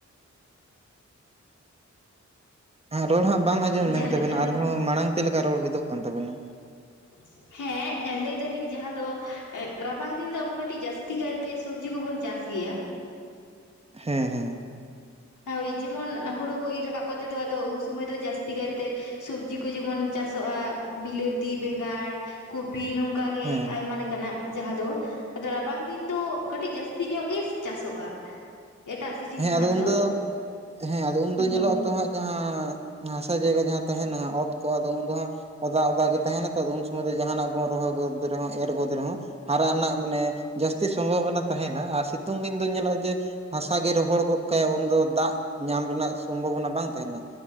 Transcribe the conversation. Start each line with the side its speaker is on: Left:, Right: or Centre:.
Right: ᱨᱚᱲ ᱦᱟᱸᱜ ᱵᱟᱝ ᱟᱸᱡᱚᱢ ᱞᱮᱱ
Left: ᱡᱟᱦᱟᱸ
Right: ᱛᱟᱵᱮᱱᱟ,
Left: ᱞᱮᱠᱟ
Right: ᱟᱨᱦᱚᱸ
Left: ᱫᱚ
Right: ᱢᱟᱲᱟᱝ ᱛᱮᱫ ᱞᱮᱠᱟ ᱨᱚᱲ ᱜᱮᱫᱚᱜ ᱠᱟᱱ ᱛᱟᱵᱮᱱᱟ᱾
Left: <inaudible> ᱦᱮᱸ ᱞᱟᱹᱭ ᱫᱟᱞᱤᱧ ᱡᱟᱦᱟᱸ ᱫᱚ ᱮ ᱨᱟᱵᱟᱝ ᱫᱤᱱ ᱫᱚ ᱟᱵᱚ ᱠᱟᱹᱴᱤᱡ ᱡᱟᱹᱥᱛᱤ ᱠᱟᱭᱛᱮ ᱥᱚᱵᱽᱡᱤ ᱠᱚᱵᱚᱱ ᱪᱟᱥ ᱜᱮᱭᱟ᱾
Right: ᱦᱮᱸ ᱦᱮᱸ᱾
Left: ᱳᱭ ᱡᱮᱢᱚᱱ ᱦᱩᱲᱩ ᱠᱚ ᱤᱨ ᱨᱟᱠᱟᱵ ᱠᱟᱛᱮᱜ ᱫᱚ ᱟᱫᱚ ᱩᱱ ᱥᱩᱚᱢᱚᱭ ᱫᱚ ᱡᱟᱹᱥᱛᱤ ᱠᱟᱭᱛᱮ ᱥᱚᱵᱽᱡᱤ ᱠᱚ ᱡᱮᱢᱚᱱ ᱪᱟᱥᱚᱜᱼᱟ᱾ ᱵᱤᱞᱟᱹᱛᱤ, ᱵᱮᱸᱜᱟᱲ, ᱠᱚᱯᱤ ᱱᱚᱝᱠᱟ ᱜᱮ
Right: ᱦᱮᱸ
Left: ᱟᱭᱢᱟ ᱞᱮᱠᱟᱱᱟᱜ ᱡᱟᱦᱟᱸ ᱫᱚ ᱟᱫᱚ ᱨᱟᱵᱟᱝ ᱫᱤᱱ ᱫᱚ ᱠᱟᱹᱴᱤᱡ ᱡᱟᱹᱥᱛᱤ ᱧᱚᱜ ᱜᱮ ᱪᱟᱥᱚᱜᱼᱟ᱾ ᱮᱴᱟᱜ ᱥᱤᱡᱤᱱ
Right: ᱦᱮᱸ
Left: ᱠᱷᱚᱱᱟᱜ
Right: ᱟᱫᱚ ᱩᱱᱫᱚ
Left: ᱫᱚ᱾
Right: ᱦᱮᱸ ᱟᱫᱚ ᱩᱱᱫᱚ ᱦᱟᱜ
Left: ᱦᱳᱭ
Right: ᱡᱟᱦᱟᱸ ᱦᱟᱥᱟ ᱡᱟᱭᱜᱟ ᱡᱟᱦᱟᱸ ᱛᱟᱦᱮᱱᱟ, ᱚᱛ ᱟᱫᱚ ᱩᱱ ᱫᱚ ᱦᱟᱸᱜ ᱚᱫᱟ ᱚᱫᱟᱜ ᱜᱮ ᱛᱟᱦᱮᱱᱟ ᱛᱚ᱾ ᱩᱱ ᱥᱚᱢᱚᱭ ᱫᱚ ᱡᱟᱦᱟᱱᱟᱜ ᱵᱚᱱ ᱨᱚᱦᱚᱭ ᱜᱚᱫ ᱨᱮᱦᱚᱸ ᱮᱨ ᱜᱚᱫ ᱨᱮᱦᱚᱸ ᱦᱟᱨᱟᱜ ᱨᱮᱱᱟᱜ ᱢᱟᱱᱮ ᱡᱟᱹᱥᱛᱤ ᱥᱚᱢᱵᱷᱚᱵᱚᱱᱟ ᱛᱟᱦᱮᱱᱟ ᱟᱨ ᱥᱤᱛᱩᱝ ᱫᱤᱱ ᱫᱚ ᱧᱮᱞᱚᱜᱼᱟ ᱡᱮ ᱠᱟᱥᱟ ᱜᱮ ᱨᱚᱦᱚᱲ ᱜᱚᱫ ᱠᱟᱭᱟ᱾ ᱩᱱᱫᱚ ᱫᱟᱜ ᱧᱟᱢ ᱨᱮᱱᱟᱜ ᱥᱚᱢᱵᱷᱚᱵᱚᱱᱟ ᱵᱟᱝ ᱛᱟᱦᱮᱱᱟ᱾